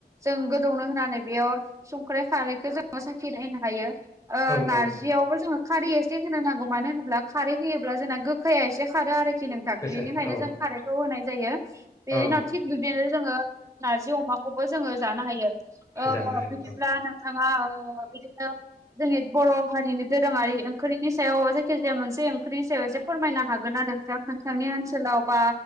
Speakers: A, on the right; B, on the left.
A: जों गोदौनो होनानै बेयाव संख्रै खारैखो जोङो साखि नायनो हायो। ओ
B: औ
A: नारजियावबो
B: औ
A: जोङो खारै एसे होनो नांगौ मानो होनोब्ला खारै होयोब्ला जोंना गोखाया एसे खारो आरो बेनिखायनो
B: गोसा औ
A: जों खारैखौ होनाय जायो बेनि
B: औ
A: उनाव थिग बिब्दिनो जोङो नारजि अमाखौबो जोङो जानो हायो ओ
B: जानो हायो
A: बिदिब्ला
B: औ
A: नोंथाङा ओ बिदिनो जोंनि बर' हारिनि दोरोङारि ओंख्रिनि सायाव जायखिजाया मोनसे ओंख्रिनि सायाव फोरमायनो हागोन ना नोंथां नोंथांनि ओनसोलाव बा